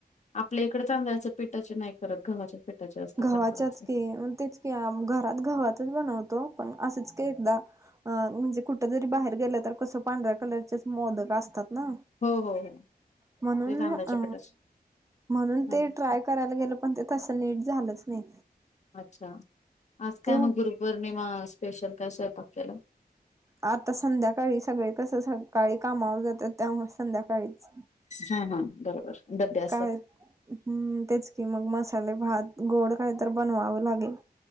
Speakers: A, on the left (about 45°); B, on the right (about 20°).
A: आपल्या इकडे तांदळायचं पिठाचे नाही करत गव्हाच्या पिठाचे जास्त
B: गव्हाच्याच
A: खराब पडायचे
B: की तेच की घरात गव्हाच्या बनवतो, पण असेच का एकदा अ म्हणजे कुठं जरी बाहेर गेलं तर कसं पांढऱ्या कलरचेच मोदक असतात ना.
A: हो हो हो
B: म्हणून
A: ते तांदळाच्या
B: अ
A: पिठाचे
B: म्हणून ते
A: हम्म
B: ट्राय करायला गेलं. पण ते तसं नीट झालंच नाही.
A: अच्छा! आज काय
B: ते
A: मग गुरुपौर्णिमा स्पेशल काय स्वयंपाक केला?
B: आता संध्याकाळी सगळे कसं सकाळी कामावर जातात त्यामुळे संध्याकाळीच,
A: हा हा बरोबर. डबे असतात
B: काय हम्म तेच की मग मसाले भात गोड काय तर बनवावं लागेल.